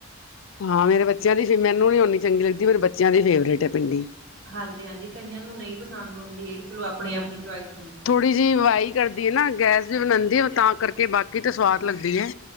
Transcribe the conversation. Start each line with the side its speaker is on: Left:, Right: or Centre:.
Left: ਹਾਂ ਮੇਰੇ ਬੱਚਿਆਂ ਦੀ ਫੇਵਰੇਟ ਮੈਨੂੰ ਨੀ ਓਨੀ ਚੰਗੀ ਲੱਗਦੀ, ਮੇਰੇ ਬੱਚਿਆਂ ਦੀ ਫੇਵਰੇਟ ਹੈ। ਭਿੰਡੀ।
Right: ਹਾਂਜੀ- ਹਾਂਜੀ ਕਈਆਂ ਨੂੰ ਨਹੀਂ ਪਸੰਦ ਹੁੰਦੀ ਹੈਗੀ, ਚਲੋ ਆਪਣੀ ਆਪਣੀ ਚੁਆਇਸ ਹੈ।
Left: ਥੋੜ੍ਹੀ ਜਿਹੀ ਵਾਈ ਕਰਦੀ ਹੈ। ਨਾ ਗੈਸ ਵੀ ਬਣਾਉਂਦੀ ਹੈ। ਤਾਂ ਕਰਕੇ ਬਾਕੀ ਤਾਂ ਸਵਾਦ ਲੱਗਦੀ ਹੈ।